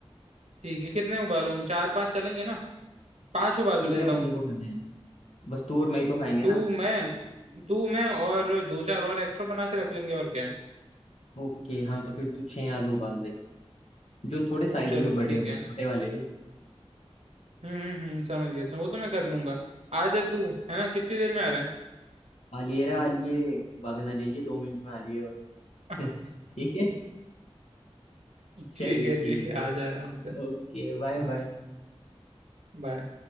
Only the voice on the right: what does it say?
ठीक है कितने उबालूं चार पांच चलेंगे ना पांच उबाल
देता
हूँ
तू
मैं तू मैं और दो चार और एक्स्ट्रा बना के रख लेंगे और क्या है
चल
ठीक
है
हम्म हम्म हम्म, समझ गया समझ वो तो मैं कर लूंगा आ जा तू है ना कितनी देर में आ रहा है
<laughs>
ठीक है
ठीक है
आ जा आराम से
हाँ
बाय